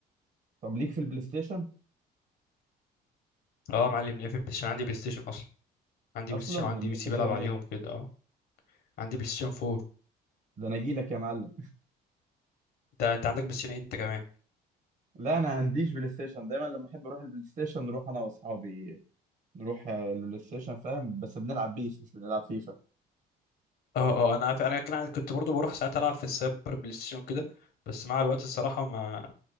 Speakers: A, on the right; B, on the left.
A: طب ليك في البلاي ستيشن
B: اه يا معلم ليه في البلاي ستيشن عندي بلاي ستيشن اصلا عندي
A: اصلا
B: بلاي ستيشن
A: البلاي
B: وعندي بي سي
A: ستيشن
B: بلعب عليهم
A: ايه
B: كده اه عندي بلاي ستيشن 4
A: ده انا اجي لك يا معلم
B: انت انت عندك بلاي ستيشن إيه انت كمان
A: لا انا عنديش بلاي ستيشن دايما لما احب اروح البلاي ستيشن نروح انا واصحابي نروح آه، البلاي ستيشن فاهم بس بنلعب بيس مش بنلعب فيفا
B: اه اه انا عارف انا كان عندي- كنت برضه بروح ساعات العب في السايبر بلاي ستيشن وكده بس مع الوقت الصراحه ما